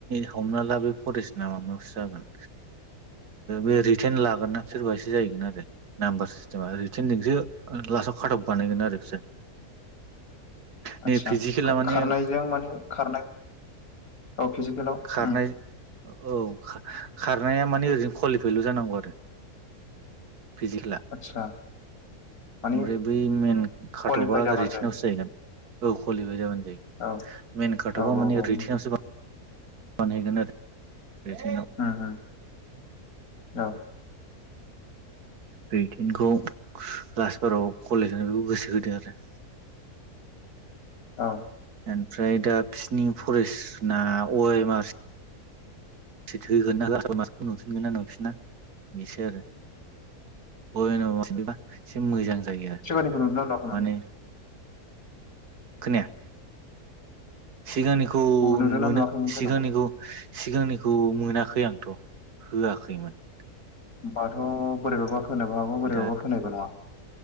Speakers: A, on the right; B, on the left.
A: हमना ला बे फरेस्ट ना माबायावसो जागोन बे रितेन लागोन ना बिसोर बेहायसो जाहैन आरो नामबार सिस्टेमा रिटानर्जोसो लास्टआव खाथब बानायगोन आरो बिसोर नै
B: आथसा
A: फिजिकेला माने
B: खारनायजों माने खारनाय औ फिजिकेलाव
A: खारनाय
B: उम
A: औ खारनाया माने ओरैजोंनो क्वालिफाइल' जानांगौ आरो फिजिकेला
B: आदसा माने
A: ओमफ्राय बै मेन खाथबा
B: कुवालिफाइ जाबानो
A: रिटिनावसो
B: जायो
A: जाहैगोन औ कलिफबाय जाबानो
B: औ
A: मेन खाथबा
B: औ औ
A: माने
B: औ उम
A: रिथेनावसो बा बानायगोन आरो रिटेनाव
B: उम उम औ
A: रैटिेनखौ लास्ट बाराव कलेज होनो बेखौ गोसो होदों आरो
B: औ
A: ओमफ्राय दा बिसिरनि फरेस्टना अ एम आर <unintelligible> होगोन ना होआ मानसिखौ नुफिनगोन ना नुफिना बेसो आरो <unintelligible> मोना एसे मोजां जायो आरो
B: सिबानिखौ नुदोंना नुआखैमोन?
A: माने खोनाया सिगांनिखौ
B: नुदोंना
A: नुवोनो
B: नुवाखैमोन
A: सिगांनिखौ
B: जेन'बा
A: सिगांनिखौ मोनाखै आंथ' होआखैमोन ।
B: होमबाथ' बोरैबाबा होनोबो हागौ बोरैबाबा
A: दा
B: होनायबो नङा